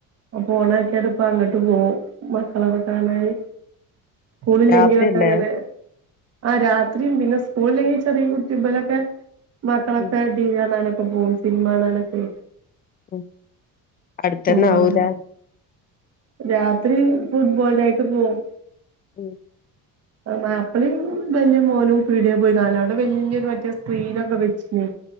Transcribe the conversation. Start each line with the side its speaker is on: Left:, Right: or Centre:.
Right: അപ്പോ ഓണക്കിത് ഇപ്പ അങ്ങോട്ട് പോവും മക്കളൊക്കെ കാണാല് സ്കൂളില്ലെങ്കിയൊക്കെ
Left: രാത്രിയല്ലേ
Right: അങ്ങനെ ആഹ് രാത്രിയും പിന്നെ സ്കൂളിലെങ്കിൽ ചെറിയ കുട്ടികളൊക്കെ മക്കളൊക്കെ
Left: ഉം
Right: ടി വി കാണാനൊക്കെ പോകും സിനിമ കാണാനൊക്കെ
Left: ഉമ് അടുത്തന്നെ
Right: പോവും
Left: ആവൂലെ
Right: അങ്ങനെ രാത്രി ഫുട്ബോളിന്റെ ആയിട്ട് പോവുമ്
Left: മ്
Right: <unintelligible> മാപ്പിളേം വലിയ മോനും പീടിയ പോയി കാണല അവിടെ വല്യ മറ്റേ സ്ക്രീനൊക്കെ വെച്ചിന്